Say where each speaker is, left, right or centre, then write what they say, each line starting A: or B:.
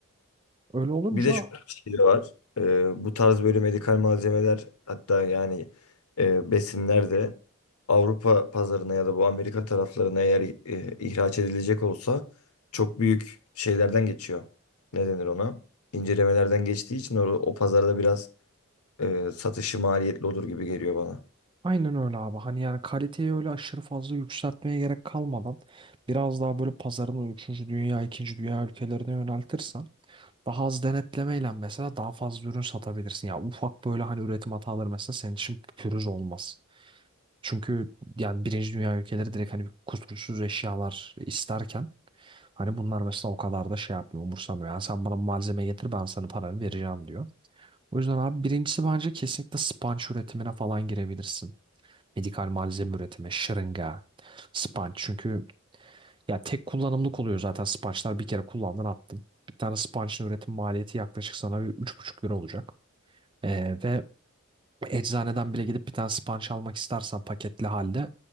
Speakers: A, on the right (about 20°); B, on the left (about 85°).
A: Öyle olunca
B: Bir de şöyle bir şey de var. Ee, bu tarz böyle medikal malzemeler hatta yani e, besinler de Avrupa pazarına ya da bu Amerika taraflarına eğer e, ihraç edilecek olsa çok büyük şeylerden geçiyor. Ne denir ona? İncelemelerden geçtiği için o, o pazarda biraz e, satışı maliyetli olur gibi geliyor bana.
A: aynen öyle abi. Hani yani kaliteyi öyle aşırı fazla yükseltmeye gerek kalmadan biraz daha böyle pazarını o 3. dünya, ikinci dünya ülkelerine yöneltirsen daha az denetlemeyle mesela daha fazla ürün satabilirsin. Ya ufak böyle hani üretim hataları mesela senin için pürüz olmaz. Çünkü yani birinci dünya ülkeleri direkt hani kusursuz eşyalar isterken hani bunlar mesela o kadar da şey yapmıyor, umursamıyor. Yani sen bana malzeme getir ben sana paranı vereceğim diyor. O yüzden abi birincisi bence kesinlikle spanç üretimine falan girebilirsin. Medikal malzeme üretimi, şırınga, spanç. Çünkü ya tek kullanımlık oluyor zaten spançlar bir kere kullandın attın. Bir tane spançın üretim maliyeti yaklaşık sana üç buçuk lira olacak. Ee, ve eczaneden bile gidip bir tane spanç almak istersen paketli halde